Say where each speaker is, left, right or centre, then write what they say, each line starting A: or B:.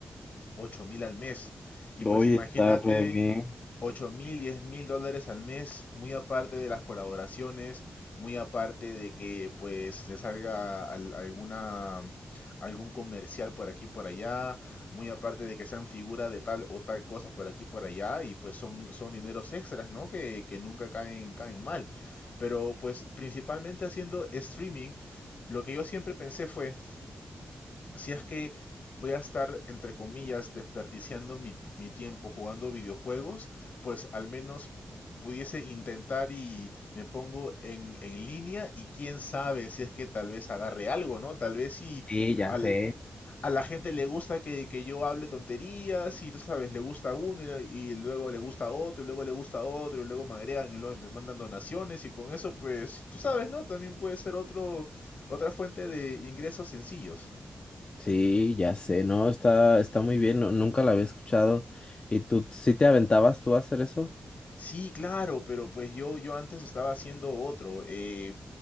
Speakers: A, on the left; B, on the left.
A: ocho mil al mes. Y
B: Hoy
A: pues imagínate
B: está re bien.
A: ocho mil, diez mil dólares al mes, muy aparte de las colaboraciones, muy aparte de que pues le salga al- alguna, algún comercial por aquí por allá, muy aparte de que sean figura de tal o tal cosa por aquí por allá, y pues son, son dineros extras, ¿no? Que, que nunca caen, caen mal. Pero pues principalmente haciendo streaming, lo que yo siempre pensé fue, si es que voy a estar, entre comillas, desperdiciando mi, mi tiempo jugando videojuegos, pues al menos pudiese intentar y me pongo en, en línea y quién sabe si es que tal vez agarre algo, ¿no? Tal vez si
B: Sí, ya
A: al,
B: sé.
A: a la gente le gusta que, que yo hable tonterías y tú sabes, le gusta a uno y, le- y luego le gusta a otro y luego le gusta a otro y luego me agregan y luego me mandan donaciones y con eso pues, tú sabes, ¿no? También puede ser otro, otra fuente de ingresos sencillos.
B: Sí, ya sé, no, está, está muy bien, no- nunca la había escuchado. ¿Y tú sí te aventabas tú a hacer eso?
A: Sí, claro, pero pues yo, yo antes estaba haciendo otro. eh,